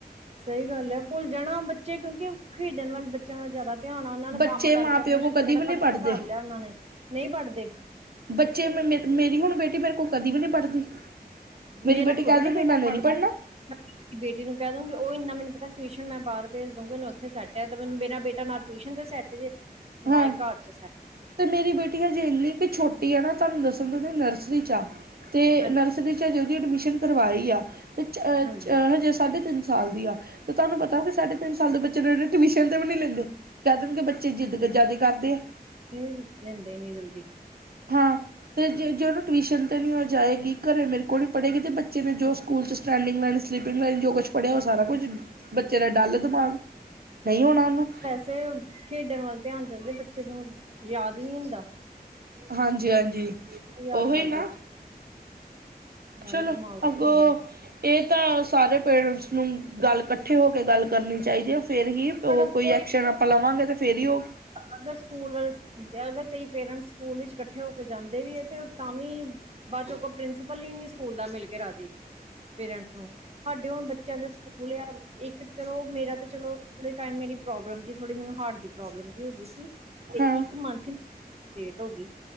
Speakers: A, on the right; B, on the right.
A: ਸਹੀ ਗੱਲ ਹੈ। ਭੁੱਲ ਜਾਣਾ ਬੱਚੇ, ਕਿਉਂਕਿ ਖੇਡਣ ਵੱਲ ਬੱਚਿਆਂ ਦਾ ਜ਼ਿਆਦਾ ਧਿਆਣਾ ਉਹਨਾਂ ਨੇ
B: ਬੱਚੇ
A: ਕੰਮ ਕਰਕੇ,
B: ਮਾਂ ਪਿਓ
A: ਆਪਣੀਆਂ
B: ਕੋਲ
A: ਛੁੱਟੀਆਂ
B: ਕਦੀ
A: ਦਾ
B: ਵੀ ਨਹੀਂ
A: ਫਟਾਫਟ
B: ਪੜ੍ਹਦੇ
A: ਕਰ ਲਿਆ ਉਹਨਾਂ ਨੇ ਨਹੀਂ ਪੜਦੇ
B: ਬੱਚੇੇ ਮੇਰੀ ਹੁਣ ਬੇਟੀ ਮੇਰੇ ਕੋਲ ਕਦੀ ਵੀ ਨਹੀਂੀ ਪੜ੍ਹਦੀ। ਮੇਰੀ
A: ਮੇਰਾ
B: ਬੇਟੀ
A: ਖੁਦ
B: ਕਹਿ
A: ਨੀ
B: ਦਿੰਦੀ
A: ਬੇਟਾ
B: ਮੈਨੇ
A: ਪੜ੍ਹਦਾ।
B: ਨਹੀਂ ਪੜ੍ਹਨਾ
A: ਬੇਟੀ ਨੂੰ ਕਹਿ ਦੂੰਗੀ, ਉਹ ਇੰਨਾ ਮੈਨੂੰ ਪਤਾ ਟਿਊਸ਼ਨ ਮੈਂ ਬਾਹਰ ਭੇਜ ਦੂੰਗੀ ਮਨੂੰ ਉੱਥੇ ਸੈਟ ਹੈ। ਤੇ ਮੇਰਾ ਬੇਟਾ ਨਾ ਟਿਊਸ਼ਨ ਤੇ ਸੈਟ ਜੇ। ਹੀ
B: ਹਾਂ
A: ਘਰ ਚ ਸ
B: ਤੇ ਮੇਰੀ ਬੇਟੀ ਹਜੇ, ਇੰਨੀ ਕੁ ਛੋਟੀ ਆ ਨਾ ਤੁਹਾਨੂੰ ਦੱਸਣ ਦਦੇ ਨਰਸਰੀ ਚ ਆ ਤੇ
A: ਹਾਂਜੀ
B: ਨਰਸਰੀ ਹਜੇ, ਉਹਦੀ ਐਡਮਿਸ਼ਨ ਕਰਵਾਈ ਆ--ਅਤੇ
A: ਹਾਂਜੀ
B: ਹਜੇ ਸਾਢੇ ਤਿੰਨ ਸਾਲ ਦੀ ਆ ਤੇ ਤੁਹਾਨੂੰ ਪਤਾ ਕਿ ਸਾਢੇ ਤਿੰਨ ਸਾਲ ਦੇ ਬੱਚੇ ਟਿਊਸ਼ਨ ਤੇ ਵੀ ਨਹੀਂੀ ਲੈਂਦੇ ਕਹਿ ਦੇਣਗੇ ਬੱਚੇ ਜਿੱਦ ਜ਼ਿਆਦਾ ਕਰਦੇ ਆ
A: ਤੇ ਨਹੀ, ਲੈਂਦੇ ਇਨੀ ਜਲਦੀ
B: ਹਾਂ ਅਤੇ ਜੇ ਜੇ ਉਹਨੂੰ ਟਿਊਸ਼ਨ 'ਤੇ ਨਹੀਂ ਹੋ ਜਾਏਗੀ ਘਰ ਮੇਰੇ ਕੋਲ ਨਹੀਂ ਪੜ੍ਹੇਗੀ ਅਤੇ ਬੱਚੇ ਨੂੰ ਜੋ ਸਕੂਲ ਕ' ਸਟੈਂਡਿੰਗ ਲਾਈਨ, ਸਲਪਿੰਗ ਲਾਈਨ ਜੋ ਕੁਛ ਪੜਿਆ ਉਹ ਸਾਰ ਕੁਛ ਬੱਚੇ ਦਾ ਡੱਲ ਦਿਮਾਗ ਨਹੀਂ ਹੋਣਾ ਉਹਨੂੰ
A: ਫ ਖੇਡਣ ਵੱਲ ਧਿਆਨ ਚੱਲਦੇ ਬੱਚੇ ਨੂੰ ਯਾਦ ਹੀ ਨਹੀਂ ਹੁੰਦਾ
B: ਹਾਂਜੀ, ਹਾਂਜੀ
A: ਯਾਦ
B: ਓਹੀ
A: ਕਰਦੇ
B: ਨਾ
A: ਗੱਲ
B: ਚਲੋ
A: ਦਿਮਾਗ ਤੇ
B: ਅੱਗੇ
A: ਹੁੰਦੇ
B: ਇਹ ਤਾਂ ਸਾਰੇ ਪੇਰੈਂਟਸ ਨੂੰ ਗੱਲ ਇਕੱਠੇ ਹੋ ਕੇ ਗੱਲ ਕਰਨੀ ਚਾਹੀਦੀ ਹੈ। ਫੇਿਰ ਹੀ ਉਹ
A: ਬ ਕੋਈ
B: ਐਕਸ਼ਨ ਆਪਾਂ ਲਵਾਂਗੇ ਤੇ ਫੇਰ ਹੀ ਉਹ
A: ਅਗਰ ਸਕੂਲ ਵਾਲੇ ਅਗਰ ਕਈ ਪੇਰੈਂਟਸ ਸਕੂਲ ਵਿੱਚ ਇਕੱਠੇ ਹੋ ਕੇ ਜਾਂਦੇ ਵੀ ਹੈ ਤੇ ਤਾਂ ਵੀ ਬਾਅਦ ਚੋਂ ਕੋ ਪ੍ਰਿੰਸੀਪਲ ਹੀ ਨੀ ਸਕੂਲ ਦਾ ਮਿਲ ਕੇ ਰਾਜ਼ੀ। ਪੇਰੈਂਟਸ ਨੂੰ ਸਾਡੇ ਹੁਣ ਬੱਚਿਆਂ ਦਾ ਸਕੂਲ ਆ ਇੱਕ ਚਲੋ ਮੇਰਾ ਤਾਂ ਚਲੋ ਥੋੜੇ ਟਾਈਮ ਮੇਰੀ ਪ੍ਰੋਬਲਮ ਜੀ ਥੋੜੀ ਮੈਨੂੰ ਹਾਰਟ ਦੀ ਪ੍ਰੋਬਲਮ ਜੀ ਹੋ ਗਈ ਸੀ ਤੇ
B: ਹਾਂ
A: ਇੱਕ ਮੰਥ ਲੇਟ ਹੋ ਗਈ।